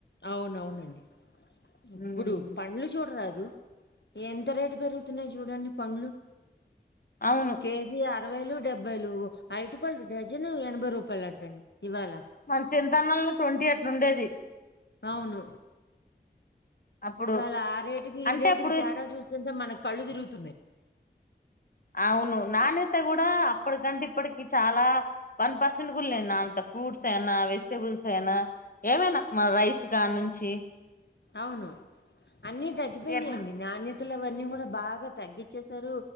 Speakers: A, on the left (about 70°); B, on the left (about 50°).
A: అవునవునండి ఇప్పుడు
B: ఉమ్
A: పండ్లు చూడరాదు ఎంత రేటు పెరుగుతున్నాయి. చూడండి పండ్లు
B: అవును
A: కేజీ ఆ అరవైలు డెబ్బైలు ఐదు రూపాయలులు డజన్ ఎనభై రూపాయలు అంటండి ఇవాళ
B: మన చింతనలు ట్వంటీ ఎట్ ఉండేది
A: అవును
B: అప్పుడు
A: ఇవాళ ఆ రేటుకి ఈ
B: అంటే
A: రేటుకి
B: అప్పుడు
A: తేడా చూస్తుంటే మనకు కళ్ళు తిరుగుతున్నాయి.
B: అవును నానత కూడా అప్పటికంటే ఇప్పటికి చాలా వన్ పర్సెంట్ కుళ్ లేను. నా అంత ఫ్రూట్స్ అయినా వెజిటబుల్స్ అయినా ఏమైనా మన రైస్ కా నుంచి.
A: అవును అన్నీ తగ్గిపోయినాయంండి
B: ఎట్లా
A: నాణ్య తులు అవన్నీ కూడా బాగా తగ్గిచ్చసారు.